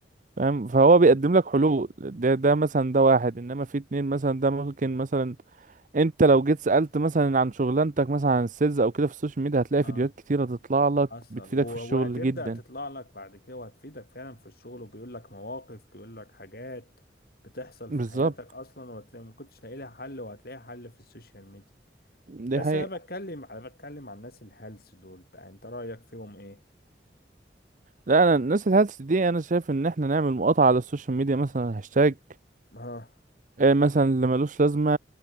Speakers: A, on the right; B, on the left.
A: فاهم فهو بيقدم لك حلول ده ده مثلا ده واحد انما في اتنين مثلا ده ممكن مثلا انت لو جيت سألت مثلا عن شغلانتك مثلا عن السيلز او كده في السوشيال ميديا هتلاقي
B: اه
A: فيديوهات كتيرة تطلع لك
B: حصل
A: بتفيدك
B: و-
A: في الشغل
B: وهتبدأ
A: جدا
B: تطلع لك بعد كده وهتفيدك فعلا في الشغل وبيقول لك مواقف بيقول لك حاجات بتحصل
A: بالظبط
B: في حياتك أصلا وهتلاقي ما كنتش لاقي لها حل وهتلاقي حل في السوشيال ميديا
A: دي
B: بس
A: حقيقة
B: أنا بتكلم أنا بتكلم عن الناس الهلس دول بقى أنت رأيك فيهم إيه؟
A: لا انا الناس الهلس دي انا شايف ان احنا نعمل مقاطعة على السوشيال ميديا مثلا هاشتاج
B: اه
A: آه، مثلا اللي ملوش لازمة